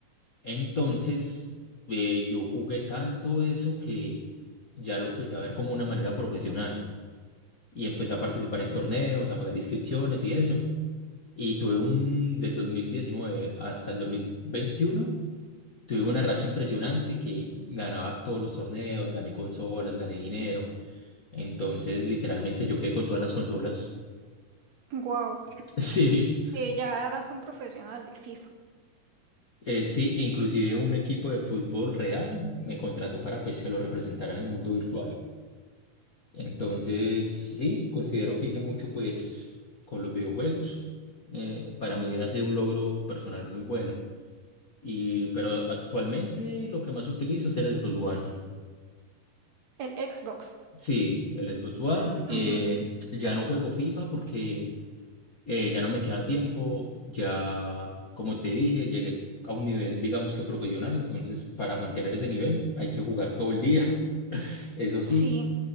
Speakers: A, on the left; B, on the right.
A: Entonces, eh, yo jugué tanto eso que ya lo empecé a ver como una manera profesional y empecé a participar en torneos, a pagar inscripciones y eso. Y tuve un, del 2019 hasta el 2021, tuve una racha impresionante que ganaba todos los torneos, gané consolas, gané dinero. Entonces, literalmente yo quedé con todas las consolas.
B: Wow.
A: <laughs> Sí,
B: Eh, ya eras un profesional de FIFA.
A: eh, sí, inclusive un equipo de fútbol real me contrató para pues que lo representara en el mundo virtual. Entonces, sí, considero que hice mucho pues con los videojuegos. Eh, para mí ha sido un logro personal muy bueno. Y, pero actualmente lo que más utilizo es el Xbox One.
B: El Xbox.
A: Sí, el Xbox One. eh,
B: Ujú.
A: ya no juego FIFA porque eh, ya no me queda tiempo. Ya, como te dije, llegué a un nivel, digamos que profesional. Entonces, para mantener ese nivel hay que jugar todo el día, <laughs> eso sí.
B: Sí.